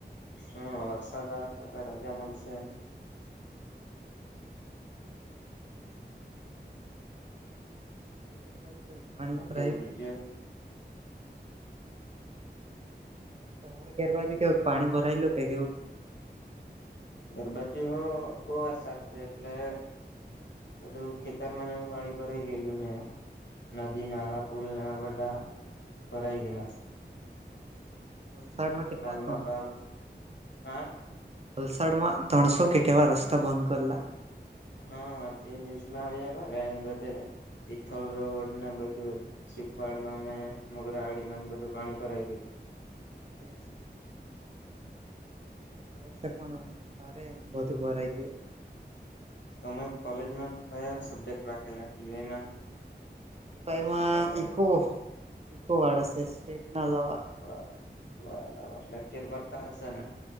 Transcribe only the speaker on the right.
<inaudible> <inaudible> પાણી
ભરાયું
કે તમારે ઘેર બાજુ કેવુંક પાણી ભરાયેલું કે કેવું
<inaudible> વલસાડમાં કેટલા
ત્રણસો
વલસાડમાં ત્રણસો કે કેવા રસ્તા બંધ કરલા
તે જ આ વર્ષ પણ આમ ભારે આમ બધું ભરાઈ ગયું
ટી વાયમાં ઇકો ઇકો વાળાશે સ્ટેટ ના અલાવા